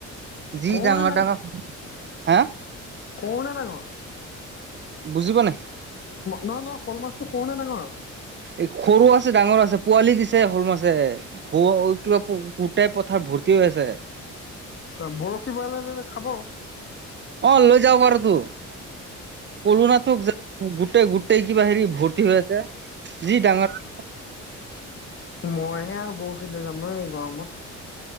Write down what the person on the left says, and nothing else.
সৰু
নে
সৰু না ডাঙৰ-
নহয় নহ শল মাছটো কওঁ নে ডাঙৰ-
আ বৰশী বলে খাব।
মই হে আৰু বৰশি লৈ যাম ন এই গৰমত।